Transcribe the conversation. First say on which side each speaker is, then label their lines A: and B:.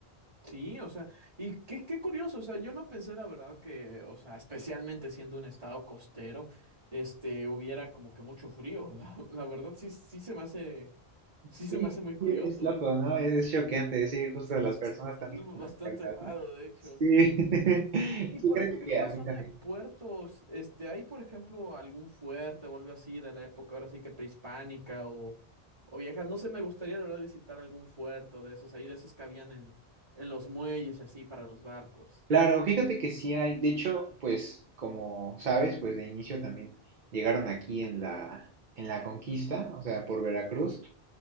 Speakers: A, on the right (about 35°); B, on the right (about 55°).
A: Sí, o sea, y qué, qué curioso, o sea, yo no pensé la verdad que, o sea, especialmente siendo un estado costero, este, hubiera como que mucho frío. <laughs> La, la verdad sí, sí se me hace, sí
B: Sí,
A: se me hace muy curioso.
B: sí, es loco, ¿no? Es choqueante, sí, justo las
A: Es
B: personas también
A: algo
B: con
A: bastante
B: las que he hablado.
A: raro, de hecho.
B: Sí, <laughs>
A: Y por
B: sí, creo
A: ejemplo,
B: que
A: en
B: a
A: la
B: mí
A: zona
B: también.
A: de puertos, este, ¿hay por ejemplo algún fuerte o algo así de la época ahora sí que prehispánica o, o vieja? No sé, me gustaría la verdad visitar algún fuerte de esos ahí, de esos que habían en, en los muelles y así para los barcos.
B: Claro, fíjate que sí hay, de hecho, pues como sabes, pues de inicio también llegaron aquí en la, en la conquista, o sea, por Veracruz,